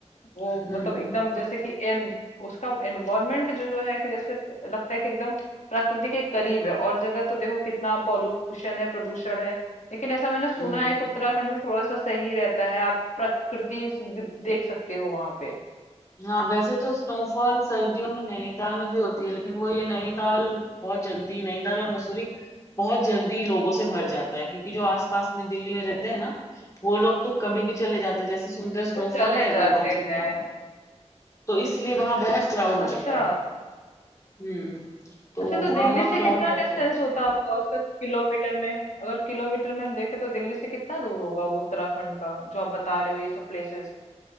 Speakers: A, on the left (about 85°); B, on the left (about 30°).
A: वो
B: हम्म
A: मतलब एकदम जैसे कि एन उसका एनवायरनमेंट जो है कि जैसे लगता है कि एकदम प्रकृति के करीब है और जगह तो देखो कितना पॉल्यूशन है प्रदूषण है लेकिन ऐसा मैंने सुना
B: हम्म
A: है कि उत्तराखंड में थोड़ा सा सही रहता है आप प्रकृति स- देख सकते हो वहां पे
B: हाँ वैसे तो स्नोफॉल सर्दियों में नैनीताल में भी होती है लेकिन वो ये नैनीताल बहुत जल्दी नैनीताल और मसूरी बहुत जल्दी लोगों से भर जाता है क्योंकि जो आसपास में दिल्ली में रहते हैं ना वो लोग तो कभी भी चले जाते हैं जैसे सुनते हैं स्नोफॉल
A: वो चले
B: है
A: जाते
B: तो वहां चले
A: हैं
B: जाते हैं तो इसलिए वहां बहुत क्राउड हो
A: अच्छा
B: जाता है हम्म तो
A: अच्छा तो
B: वहां
A: दिल्ली
B: बहुत
A: से
B: क्राउड
A: कितना
B: हो जाता
A: डिस्टेंस
B: है
A: होता होगा उसका किलोमीटर में अगर किलोमीटर में हम देखें तो दिल्ली से कितना दूर होगा वो उत्तराखंड का जो आप बता रहे हो ये सब प्लेसेस